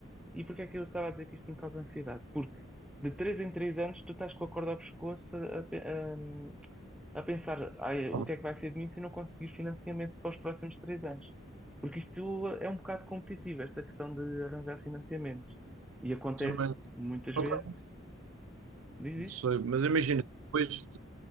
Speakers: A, in the centre; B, on the right (about 80°).
A: e porquê é que eu estava a dizer que isto me causa ansiedade? Porque de 3 em 3 anos tu estás com a corda ao pescoço a, pe- a- a pensar "Ai, o
B: Ah, mas-
A: que é que vai ser de mim se eu não conseguir financiamento para os próximos três anos. Porque isto é um bocado competitivo, esta questão de arranjar financiamentos. E acontece
B: eh, mas-
A: muitas
B: ok.
A: vezes, diz
B: Não sei,
A: isso.
B: mas imagina, tu vais-te